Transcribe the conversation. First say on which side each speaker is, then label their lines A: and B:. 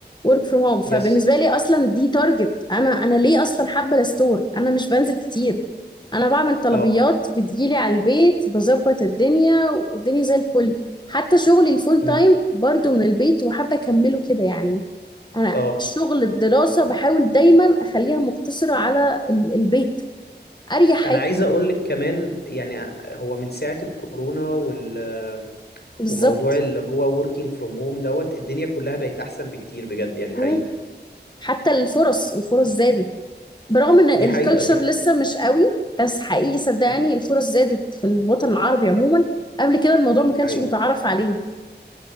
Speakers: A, on the left (about 25°); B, on the left (about 65°).
A: work from home فبالنسبه
B: يس
A: لي اصلا دي تارجت انا انا ليه اصلا حابه الستور انا مش بنزل كتير انا بعمل طلبيات
B: اه
A: بتجيلي على البيت بظبط الدنيا والدنيا زي الفل حتى شغلي الفول
B: امم
A: تايم برضو من البيت وحابه اكمله كده يعني انا
B: اه
A: شغل الدراسه بحاول دايما اخليها مقتصره على ال- البيت اريح
B: انا
A: حاجه
B: عايز اقول لك كمان يعني هو من ساعة الكورونا وال
A: بالظبط
B: وموضوع اللي هو working from home دوت الدنيا كلها بقت احسن بكتير بجد يعني
A: مم.
B: حقيقي
A: حتى الفرص الفرص زادت برغم ان الكالتشر
B: دي حقيقة دي حقيقة
A: لسه مش قوي بس حقيقي صدقني
B: امم
A: الفرص زادت في الوطن العربي عموما قبل كده الموضوع ما
B: دي
A: كانش
B: حقيقة
A: متعارف عليه